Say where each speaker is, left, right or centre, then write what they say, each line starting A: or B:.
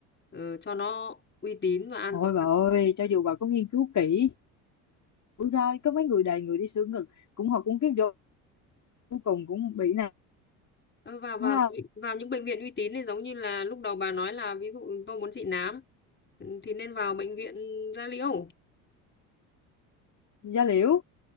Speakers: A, on the left; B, on the left.
A: ờ, cho nó uy tín và an
B: ôi
A: toàn
B: bà ơi cho dù bà có nghiên cứu kỹ rủi ro có mấy người đầy người đi sửa ngực cũng họ cũng kiếm vô cuối cùng cũng bị nè
A: Ờ, vào vào
B: thấy không
A: vào những bệnh viện uy tín thì giống như là lúc đầu bà nói là ví dụ tôi muốn trị nám ừ, thì nên vào bệnh viện da liễu
B: da liễu